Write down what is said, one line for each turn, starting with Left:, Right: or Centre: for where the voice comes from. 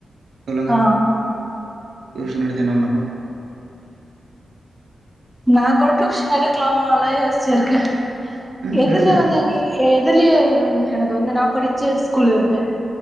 Right: சொல்லுங்க
Centre: ஆ
Right: டியூஷன் எடுத்து என்ன பண்ணப் போறோம்
Centre: நா கூட டியூஷன் எடுக்கலாமேனு யோசிச்ச செர்க்கே
Right: ம்
Centre: எதுல
Right: எடுங்க
Centre: வந்துங்க எது அதுலயே எனக்கு வந்து நான் படிச்ச ஸ்கூல்ல இருக்கு